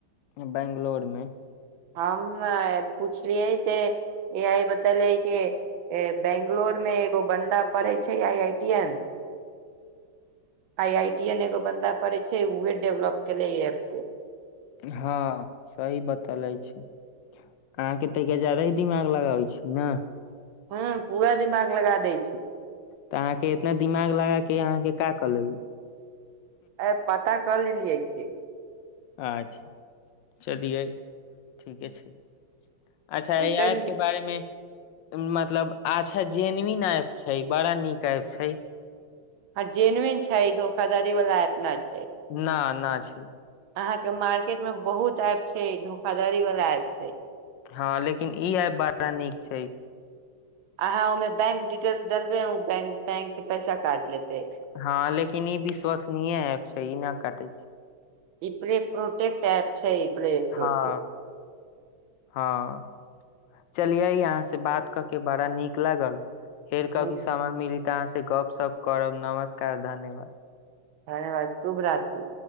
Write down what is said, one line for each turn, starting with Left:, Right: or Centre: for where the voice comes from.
Left: बैंगलोर में
Right: हम नै पुछलियए त इहै बतेलेै कि बेंगलोर मे एगो बन्दा पड़ै छै I I T N I I T N एगो बन्दा पड़ै छै उहे डेवलप केले एप के
Left: हँ सही बतैले छै अहाँ के तऽ ज्यादा ही दिमाग लगाबै छी ने
Right: हँ पूरा दिमाग लगा दै
Left: तऽ अहाँ के इतना दिमाग लगा के अहाँ के का कऽ लेब
Right: अ पता कऽ लेलियै की
Left: अच्छा चलियै ठीके छै अच्छा य
Right: चेंज
Left: ऐप के बारेमे मतलब अच्छा जेनविन एप छै बड़ा नीक एप छै
Right: ह जेनविन छै धोखाधारी वाला एपनै छै
Left: न न छै
Right: अहाँ के मार्केट में बहुत एप छै धोखाधड़ी वाला एप छै
Left: हँ लेकिन ई एप बड़ा नीक छै
Right: अहाँ ओमें बैंक डिटेल्स देेलबेै बैंकतैंक से पैसा काट लेतै
Left: हँ लेकिन ई विश्वसनीय एप छै ई न कटै छी
Right: इपड़े प्रोटेेक्ट एप छै प्ले स्टोर
Left: हँ हँ चलियै अहाँ से बात क के बड़ा नीक लागल फेर
Right: से
Left: कभी समय मिली तऽ अहाँ से गप सप करब नमस्कार धन्यवाद
Right: धन्यवाद शुभ रात्री